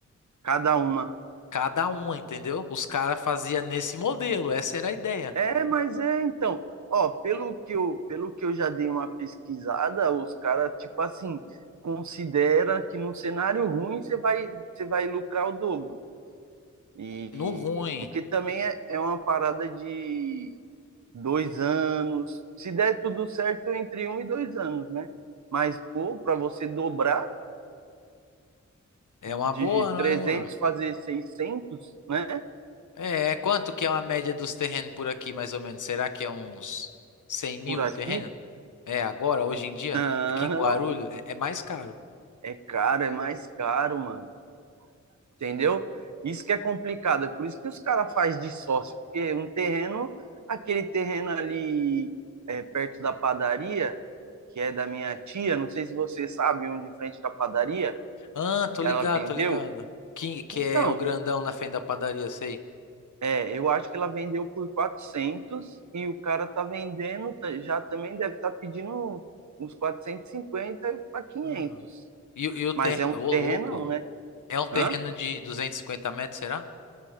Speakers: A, on the right (about 70°); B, on the left (about 85°).
A: cada uma.
B: cada uma, entendeu? Os caras faziam nesse modelo, essa era a ideia.
A: É, mas é, então. Ó, pelo que eu, pelo que eu já dei uma pesquisada, os caras, tipo assim, considera que num cenário ruim você vai, você vai lucrar o dobro. E
B: No ruim,
A: porque também é, é uma parada de dois anos. Se der tudo certo, entre um e dois anos, né? Mas, pô, para você dobrar
B: é uma
A: de
B: boa, não
A: 300
B: é, mano?
A: fazer 600 né?
B: É, é quanto que é uma média dos terrenos por aqui, mais ou menos? Será que é uns 100 mil
A: Por aqui,
B: um terreno? É, agora, hoje em dia,
A: não,
B: aqui em Guarulhos, é, é mais caro.
A: é caro, é mais caro, mano. Entendeu? Isso que é complicado. É por isso que os caras fazem de sócio. Porque um terreno, aquele terreno ali é, perto da padaria, que é da minha tia, não sei se você sabe, um de frente com a padaria,
B: Ah, tô
A: que
B: ligado,
A: ela vendeu.
B: tô ligado. Que, que
A: Então,
B: é o grandão na frente da padaria, sei.
A: É, eu acho que ela vendeu por 400 e o cara tá vendendo, tá- já também deve estar pedindo uns 450 para 500.
B: Ah. E, o- e o ter...
A: Mas é um
B: Ô,
A: terrenão,
B: louco.
A: né?
B: É um terreno
A: Hã?
B: de 250 metros, será?